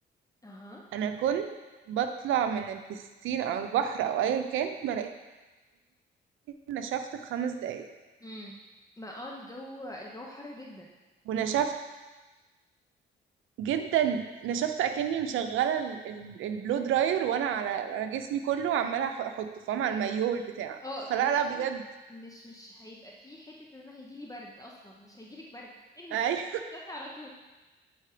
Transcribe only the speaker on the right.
انا كنت بطلع من البسين او البحر او ايا كان بلاقي نشفت في خمس دقايق
ونشفت جدا نشفت اكني مشغله ال- ال- البلو دراير وانا على على جسمي كله عماله أح- احطه فاهم على المايوه والبتاع
فلا
لا
بجد
<laughs> ايوه